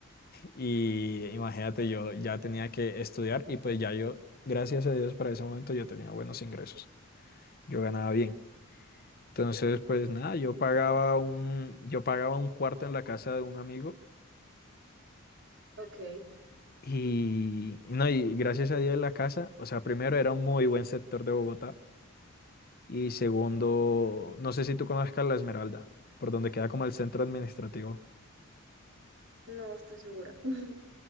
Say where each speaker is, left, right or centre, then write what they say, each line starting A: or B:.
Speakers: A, on the left (about 45°); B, on the right (about 60°).
A: y imagínate, yo ya tenía que estudiar y pues ya yo, gracias a Dios, para ese momento yo tenía buenos ingresos, yo ganaba bien. Entonces,
B: <laughs>
A: pues nada, yo pagaba un, yo pagaba un cuarto en la casa de un amigo
B: Ok,
A: y y no, y gracias a Dios la casa, o sea, primero era un muy buen sector de Bogotá y segundo, no sé si tú conozcas La Esmeralda, por donde queda como el centro administrativo.
B: no estoy segura. <laughs>